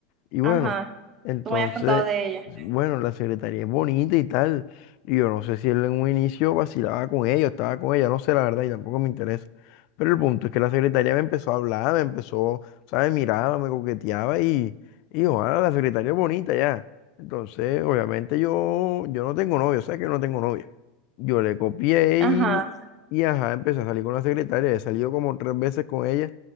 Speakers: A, on the left (about 50°); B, on the right (about 25°).
A: Y bueno,
B: Ajá.
A: entonces,
B: Tú me habías contado de ella.
A: bueno, la secretaría es bonita y tal. Y yo no sé si él en un inicio vacilaba con ella, o estaba con ella, no sé la verdad y tampoco me interesa. Pero el punto es que la secretaria me empezó a hablar, me empezó, ¿sabes? Miraba, me coqueteaba y, y ojalá la secretaria es bonita ya. Entonces, obviamente yo, yo no tengo novio, ¿sabes que yo no tengo novia? Yo le copié
B: Ajá.
A: y, y ajá, empecé a salir con la secretaria. He salido como tres veces con ella